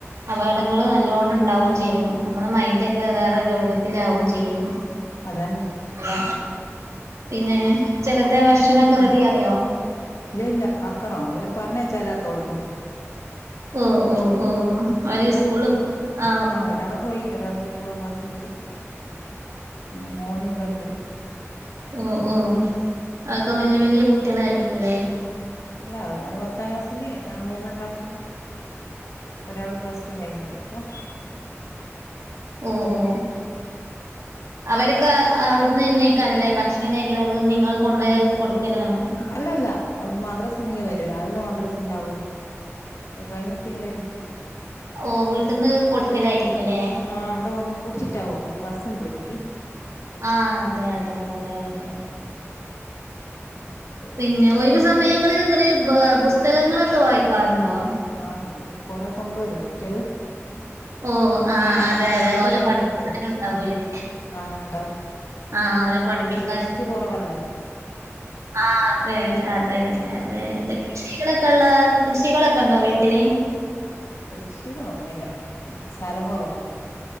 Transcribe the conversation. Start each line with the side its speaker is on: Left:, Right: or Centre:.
Right: അപകടങ്ങള് നല്ലോണം ഇണ്ടാവും ചെയ്യും നമ്മള് മൈന്റൊക്കെ വേറെ രൂപത്തിലാവും ചെയ്യും.
Left: അതന്നെ
Right: ആ പിന്നെ ഉച്ചകത്തെ ഭക്ഷണൊക്കെ റെഡിയായോ
Left: ഇല്ലഇല്ല ആക്കണോ വല്ല പറഞ്ഞായച്ചാല്ലോതുടങ്ങും
Right: ഓ ഓ ഓ
Left: കുട്ടികളാ
Right: അവര് സ്കൂള് ആ
Left: ആഹ് ഒരാള് പോയി ഒരാളൂടെ പോവാൻ ബാക്കിയുണ്ട് പിന്നെ മോനിവിടെണ്ട്
Right: ഓ ഓ അതെക്കെ വല്യ വല്യ കുട്ടികളായിരിക്കുല്ലേ.
Left: അല്ല ഒരാള് പത്താം ക്ലാസില് ഒരാള് മൂന്നാം ക്ലാസില്. ഒരാള് പ്ലസ് ടു കയിഞ്ഞുപോയി ഇപ്പം
Right: ഓ ഓ അവര്ക്ക് അവിടുന്ന്നെക്കാറല്ലേ ഭക്ഷണം കഴിക്കല് അതോ നിങ്ങള് കൊണ്ടോയി കൊടുക്കലാണോ.
Left: അല്ലല്ല ഓല് മാദ്രാസണ്ടെങ്ങ വരും രാവിലെ മാദ്രാസണ്ടാവും അത്കയിഞ്ഞിട്ടിങ്ങ് വരും
Right: ഓ വീട്ടിൽന്ന് കൊടുക്കലായിരിക്കുംല്ലേ
Left: ആ അവിടെ വന്ന് കൂടിച്ചിട്ടാവോ? അവിടെ ബസ് ഉണ്ട് ഇവര്ക്ക്
Right: ആഹ് അതെയതെയതെയതെ
Left: ഹ്മ് പൊ
Right: പിന്നെ ഒഴിവ് സമയങ്ങളിലിങ്ങള് പുസ്തകങ്ങളൊക്കെ വായിക്കാറുണ്ടോ
Left: ആഹ് അതില് കൊറെ കൊണ്ടരും കുട്ട്യള്
Right: ഓ ആ അതെ അതെയതെ
Left: ലൈബ്രറിന്ന്
Right: ഓല് പഠിക്കാന്ണ്ടാവൂലേ
Left: എടുക്കുവല്ലോ ഉം ആഹ് ഉണ്ടാവും
Right: ആഹ് ഓലെ പഠിപ്പിക്കാന്
Left: റസ്റ്റ് കൊറവല്ലേ
Right: ആ അതെതെ അതെയതെ അതെതെ
Left: അതന്നെ
Right: കൃഷികളൊക്ക്‌ള്ള കൃഷികളൊക്ക്‌ണ്ടോ വീട്ടില്
Left: കൃഷികളൊന്നുല്ല സ്ഥലം കൊറവാ